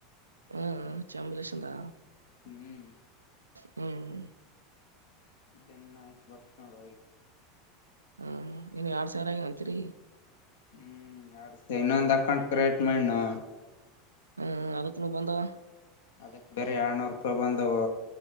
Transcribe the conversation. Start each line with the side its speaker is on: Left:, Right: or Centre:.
Right: ಹ್ಮ್ ಚಂಬಲೇಶಂತಾ
Left: ಹ್ಮ್
Right: ಹ್ಮ್
Left: ನ್ನ ಬರ್ತ ನೋಡ
Right: ಹ್ಮ ಇನ್ ಎರಡ್ ಸಾವರ ಆಗ ಅಂತೀರಿ
Left: ಹ್ಮ್ ಯಡ್ಸ ಇನ್ನೊಂದ್ ಹಾಕೊಂಡ್ ಕ್ರೇಟ್ ಮಾಡ
Right: ಹ್ಮ್ ಅದತ್ ನ ಬಂದಾವ
Left: ಅದಕ್ ಬೇರೆ ಆಡ್ನೂರು ರೂಪಾಯಿ ಬಂದವು